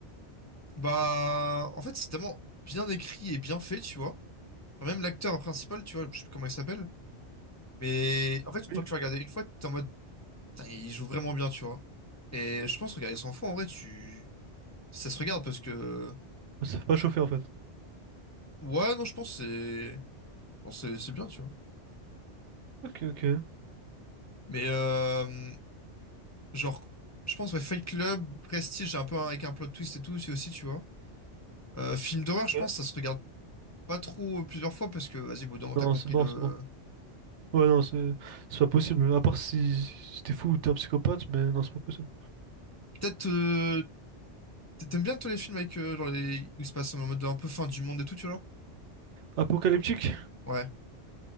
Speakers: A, on the left (about 25°); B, on the right (about 75°).
A: Bah, en fait, c'est tellement bien écrit et bien fait, tu vois. Enfin, Même l'acteur principal, tu vois, je sais plus comment il s'appelle. Mais en fait, une
B: Oui.
A: fois que tu regardes une fois, t'es en mode, putain, il joue vraiment bien, tu vois. Et je pense, regarder 100 fois, en vrai, tu... Ça se regarde parce que...
B: Ça fait pas chauffer en fait.
A: Ouais, non, je pense que c'est... Je pense que c'est c'est bien, tu vois.
B: Ok, ok.
A: Mais euh, genre, je pense, ouais, Fight Club, Prestige, un peu avec un plot twist et tout, c'est aussi, tu vois. Euh, film d'horreur,
B: Ok.
A: je pense, ça se regarde pas trop plusieurs fois parce que, vas-y, bon, moment,
B: Non,
A: t'as compris
B: c'est mort,
A: le.
B: c'est mort. Ouais, non, c'est c'est pas possible. À part si, si t'es fou ou t'es un psychopathe, mais non, c'est pas possible.
A: Peut-être, euh, t'aimes bien tous les films avec, euh, genre, les... où il se passe en mode un peu fin du monde et tout, tu vois. genre
B: Apocalyptique?
A: Ouais.